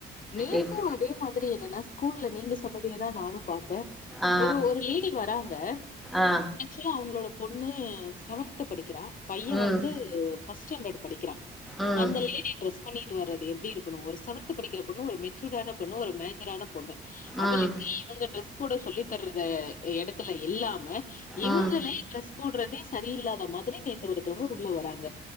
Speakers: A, on the left; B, in the centre.
A: நேத்து
B: இப்
A: அதே மாதி திரி என்னனா கூல்ல நீங்க சொன்னதேதா நானு பாத் தே
B: ஆ
A: ஒரு ஒரு லேடி வராங்க
B: ஆ
A: ஆக்சுவலா அவுங்களோட பொண்ணு செவன்த் படிக்கிறா பைய
B: ம்
A: வந்து ஃபஸ்டான்டடு படிக்கிறா
B: ம்
A: அந்த லேடி ட்ரெஸ் பண்ணிட்டு வர்றது எப்டி இருக்கனு ஒரு செவன்த் படிக்கிற பொண்ணு ஒரு மெச்சூர்டான பொண்ணு ஒரு மேஜரான பொண்ணு அவளுக்கு
B: ம்
A: இவுங்க ட்ரெஸ் கூட சொல்லி தர்றது எடத்துல இல்லாம இவுங்களே
B: ம்
A: டிரஸ் போடறதே சரியில்லாத மாதிரி நேத்து ஒருத்தவுங்க உள்ள வராங்க